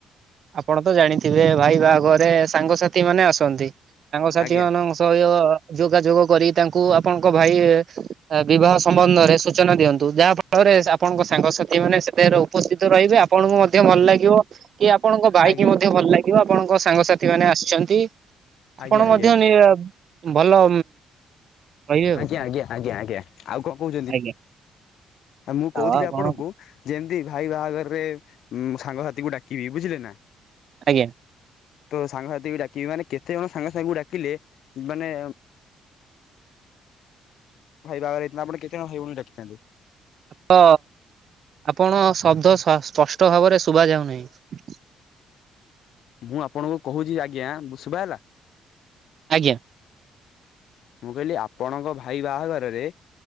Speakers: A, on the right (about 55°); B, on the left (about 75°).
A: ଆପଣ ତ ଜାଣିଥିବେ ଭାଇ ବାହାଘରରେ ସାଙ୍ଗସାଥି ମାନେ ଆସନ୍ତି। ସାଙ୍ଗ ସାଥି
B: ଆଜ୍ଞା
A: ମାନଙ୍କ ସହ, ଯୋଗାଯୋଗ କରି ତାଙ୍କୁ ଆପଣଙ୍କ ଭାଇ ବିବାହ ସମ୍ବନ୍ଧରେ ସୂଚନା ଦିଅନ୍ତୁ, ଯାହା ଫଳରେ ଆପଣଙ୍କ ସାଙ୍ଗସାଥି ମାନେ ସେଥିରେ ଉପସ୍ଥିତ ରହିବେ। ଆପଣ ମଧ୍ୟ ଭଲ ଲାଗିବ, କି ଆପଣଙ୍କ ଭାଇକି
B: ଆଜ୍ଞା
A: ମଧ୍ୟ ଭଲ ଲାଗିବ, ଆପଣଙ୍କ ସାଙ୍ଗସାଥି ମାନେ ଆସିଚନ୍ତି। ଆପଣ
B: ଆଜ୍ଞା ଆଜ୍ଞା
A: ମଧ୍ୟ
B: ଆଜ୍ଞା
A: ନିରବ ଭଲ ରହିବେ ଆଉ
B: ଆଜ୍ଞା ଆଜ୍ଞା ଆଜ୍ଞା ଆଜ୍ଞା, ଆଉ କଣ କହୁଛନ୍ତି?
A: ଆଜ୍ଞା
B: ମୁଁ କହୁଥିଲି
A: ଆଉ ଆପଣ
B: ଆପଣଙ୍କୁ ଯେମିତି ଭାଇ ବାହାଘରରେ ସାଙ୍ଗସାଥିକୁ ଡାକିବି ବୁଝିଲେ ନା?
A: ଆଜ୍ଞା।
B: ତୋ ସାଙ୍ଗସାଥି ବି ଡାକିବି ମାନେ କେତେ ଜଣ ସାଙ୍ଗ ସାଙ୍ଗକୁ ଡାକିଲେ, ମାନେ ଭାଇ ବାହାଘର ହେଇଥିଲା, ଆପଣ କେତେଜଣ ଭାଇ ଭଉଣିକୁ ଡାକିଥାନ୍ତେ।
A: ତ ଆପଣ ଶବ୍ଦ ସ୍ପଷ୍ଟ ଭାବରେ ଶୁଭା ଯାଉନାହିଁ।
B: ମୁଁ ଆପଣଙ୍କୁ କହୁଛି ଆଜ୍ଞା, ଶୁଭା ହେଲା?
A: ଆଜ୍ଞା।
B: ମୁଁ କହିଲି ଆପଣଙ୍କ ଭାଇ ବାହାଘରରେ,